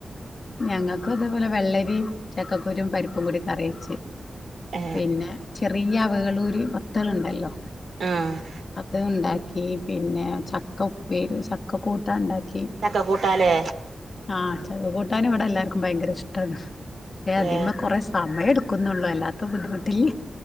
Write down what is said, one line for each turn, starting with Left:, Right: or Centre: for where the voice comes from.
Left: ഞങ്ങൾക്കും അതേപോലെ വെള്ളരിയും ചക്കക്കുരും പരിപ്പും കൂടി കറി വെച്ച്
Right: ഏ
Left: പിന്നെ ചെറിയ അവകളൂരീം പത്തലുണ്ടല്ലോ
Right: ആഹ്
Left: അത് ഉണ്ടാക്കി പിന്നെ ചക്ക ഉപ്പേരീം ചക്കക്കൂട്ടാൻ ഉണ്ടാക്കി
Right: ചക്ക കൂട്ടാല്ലേ
Left: ആഹ് ചക്കകൂട്ടാന് ഇവിടെ എല്ലാർക്കും ഭയങ്കര ഇഷ്ടാണ് പക്ഷെ അതിമ
Right: ഏ
Left: കൊറെേ സമയെടുക്കും ക്കുന്നുള്ളോ അല്ലാത്ത ബുദ്ധിമുട്ടില്ല